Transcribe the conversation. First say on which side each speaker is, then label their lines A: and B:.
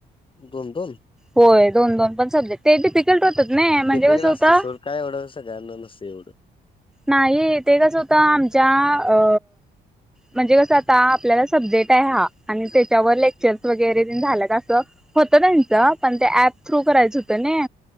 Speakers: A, on the left; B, in the centre.
A: दोन दोन.
B: होय दोन दोन सब्जेक्ट पण सब्जेक्ट ते, टिफिकल्ट होतात ना म्हणजे
A: दीपिकेला
B: कसं होतं.
A: असते सोड काय एवढं सगळ्यांना नसतंय एवढं.
B: नाही ते कसं होतं आमच्या अ. म्हणजे कसं आता आपल्याला सब्जेक्ट आहे हा, आणि त्यांच्यावर लेक्चर्स वगैरे झाल्यात असं. होतं त्यांचं पण ते, ॲप थ्रू करायचं होतं नी.